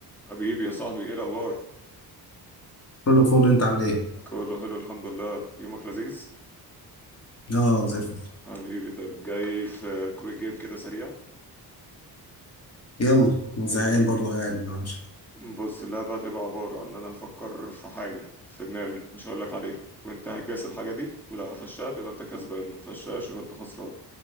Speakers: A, in the centre; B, on the left (about 40°).
A: حبيبي يا صاحبي ايه الاخبار
B: كله فول انت عامل ايه؟
A: كله حلو الحمد لله يومك لذيذ
B: اه زي الفل
A: حبيبي طب جاي في كويك جيم كده سريع
B: يلا انا زهقان
A: يلا بينا
B: برضه قاعد ما عملش حاجة.
A: بص اللعبة هتبقى عبارة عن ان انا هفكر في حاجة في دماغي مش هقولك عليها وانت هتجاس الحاجة دي ولا قفشتها تبقى انت كسبان ما قفشتهاش يبقى انت خسران